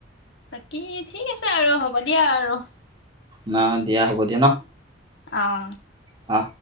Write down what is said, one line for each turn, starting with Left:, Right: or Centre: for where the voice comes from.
Left: কি? ঠিক আছে আৰু হ'ব দিয়া আৰু।
Right: ন দিয়া হ'ব দিয়া ন?
Left: অহ ',
Right: অ',